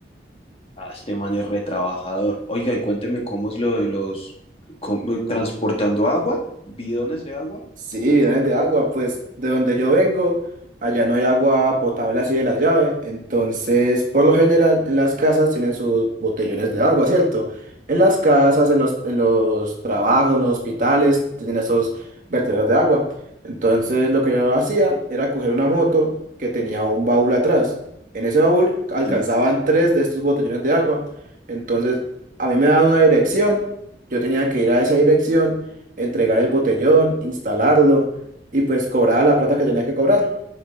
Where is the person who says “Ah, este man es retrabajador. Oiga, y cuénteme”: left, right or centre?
Left